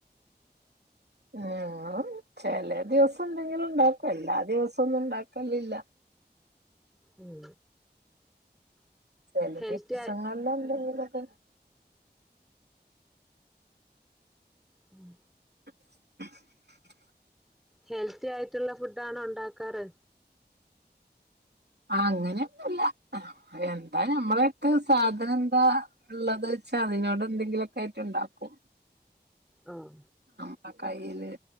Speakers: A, on the right; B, in the centre.
A: ഞാൻ ചെല ദിവസം എന്തെങ്കിലും ണ്ടാക്കും എല്ലാ ദിവസം ഒന്നും ണ്ടാക്കലില്ല
B: ഉം
A: ചെല
B: ഹെൽത്തി
A: ദിവസങ്ങളിലെന്തെങ്കിലൊക്കെ
B: ആയി ഉം
A: <unintelligible>
B: ഹെൽത്തി ആയിട്ടുള്ള ഫുഡ് ആണോ ഉണ്ടാക്കാറ്
A: ആഹ് അങ്ങനെയൊന്നുല്ല എന്താ ഞമ്മളെടുത് സാധനം എന്താ ഉള്ളത് വെച്ചാ അതിനോട് എന്തെങ്കിലൊക്കായിട്ട് ണ്ടാക്കും
B: ആഹ്
A: നമ്മ കയ്യില്